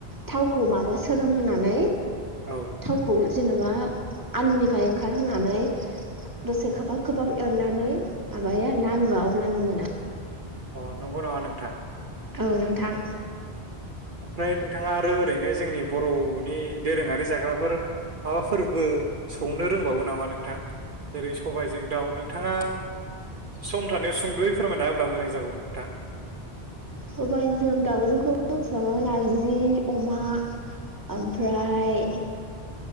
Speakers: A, on the right; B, on the right.
A: थावखौ माबा सोरोमहानै
B: औ
A: थावखौ जेन'बा आलुनिफ्राय ओंखारहोनानै दसे खोबहाब खोबहाब एरनानै माबायो आरोना आलुआ अब्लानो मोना।
B: अ नंगौ नामा नोंथां।
A: औ नोंथां।
B: ओमफ्राय नोंथाङा आरो ओरैनो जोंनि बर'नि दोरोङारि जाग्राफोर माबाफोरबो संनो रोंबावो नामा नोंथां? जेरै सबायाइजों दाउ नोंथाङा सम थानायाव सुंद'यै फोरमायना होब्ला मोजां जागौमोन नोंथां।
A: सबाइ जों दाउजोंखौ जों संङो नारजि अमा ओमफ्राय